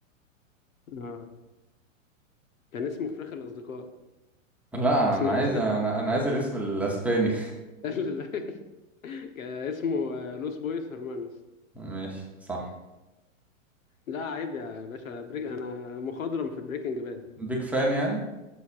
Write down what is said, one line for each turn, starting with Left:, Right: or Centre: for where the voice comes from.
Left: آه. كان اسمه فراخ الاصدقاء
Centre: لا
Left: اسمها
Centre: انا عايز انا انا عايز الاسم الاسباني
Left: <laughs> كان اسمه آه، لوس بويس هرمانوس
Centre: <laughs> ماشي صح
Left: لا عيب يا باشا بريك انا مخضرم في بريكنج باد
Centre: بيك فان يعني